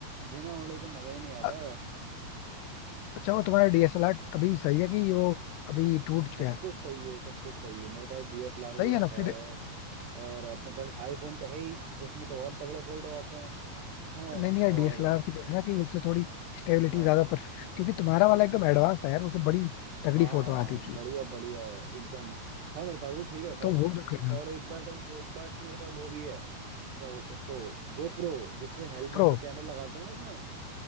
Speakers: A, on the right; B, on the left.
A: बिना ओढ़े तो मजा ही नहीं आता
B: अ- अच्छा वो तुम्हारा डीएसएलआर अभी सही है कि वो अभी टूट
A: सब
B: गया है?
A: कुछ सही है सब कुछ सही है मेरे पास डीएसएलआर भी
B: सही
A: रखा
B: है ना फिर
A: है और अपने पास आईफोन तो है ही उसमें तो और तगड़े फोटो आते हैं हैं,
B: नहीं
A: और
B: नहीं यार डीएसएलआर से क्या है ना कि उससे थोड़ी स्टेबिलिटी
A: हाँ
B: ज्यादा पर क्योंकि तुम्हारा वाला एकदम एडवांस था यार उससे बड़ी तगड़ी
A: हाँ
B: फोटो आती थी
A: बढ़िया बढ़िया है एकदम है मेरे पास वो ठीक रखा
B: तो
A: है
B: वो रख लेना
A: और एक बार एक बार मेरे पास वो भी है क्या बोलते हैं उसको गोप्रो जिससे हेलमेट
B: प्रो
A: में कैमरा लगाते हैं ना अपना